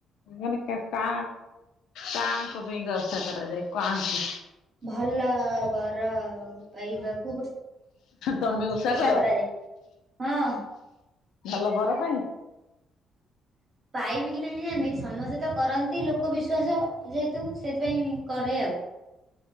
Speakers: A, on the left; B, on the right.
A: ମାନେ କା କା କାଙ୍କ ପାଇଁ କା ଓଷା କରାଯାଏ କାଆଙ୍କୁ?
B: ଭଲ ବର ପାଇବାକୁ
A: ତମେ
B: ହଁ
A: ଓଷା କର?
B: କରାଯାଏ। ହଁ
A: ଭଲ ବର ପାଇଁ।
B: ପାଇବି କି ନାହିଁ ଜାନି ସମସ୍ତେ ତ କରନ୍ତି ଲୋକ ବିଶ୍ୱାସ ଯେ ତୁ ସେଥିପାଇଁ କରେ ଆଉ।